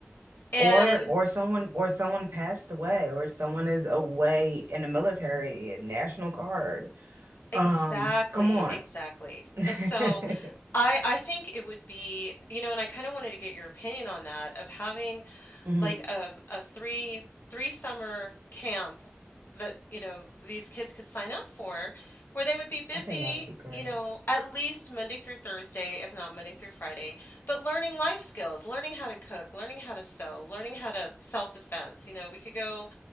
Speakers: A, on the left; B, on the right.
A: And
B: Or or someone or someone passed away, or someone is away in the military, National Guard.
A: exactly,
B: Um, come on.
A: exactly. And
B: <laughs>
A: so I I think it would be, you know, and I kind of wanted to get your opinion on that of having
B: Mhm.
A: like a a three three summer camp that you know these kids could sign up for where they would be busy
B: I think that would be great.
A: you know at least Monday through Thursday if not Monday through Friday but learning life skills learning how to cook learning how to sew learning how to self-defense you know we could go